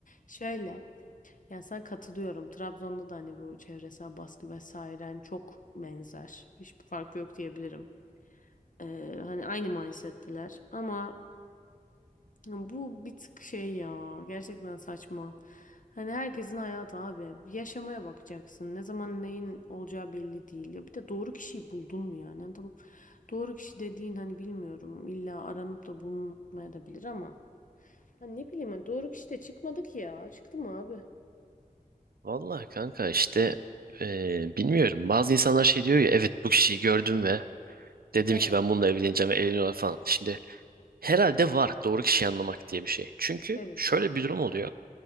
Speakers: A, on the left; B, on the right.
A: Şöyle. Yani sana katılıyorum. Trabzon'da da hani bu çevresel baskı vesaire hani çok benzer. Hiçbir fark yok diyebilirim. Ee, hani aynı mindset'teler. Ama bu bir tık şey ya. Gerçekten saçma. Hani herkesin hayatı abi. Yaşamaya bakacaksın. Ne zaman neyin olacağı belli değil. Ya bir de doğru kişiyi buldun mu yani? Hani tamam. Doğru kişi dediğin hani bilmiyorum. illa aranıp da bulunmaya da bilir ama. Ha, ne bileyim ben doğru kişi de çıkmadı ki ya. Çıktı mı abi?
B: Vallahi kanka işte eee, bilmiyorum. Bazı insanlar şey diyor ya evet bu kişiyi gördüm ve dedim
A: He,
B: ki ben bununla evleneceğim ve evleniyorlar falan. Şimdi herhalde var doğru kişiyi anlamak diye bir şey. Çünkü
A: evet.
B: şöyle bir durum oluyor.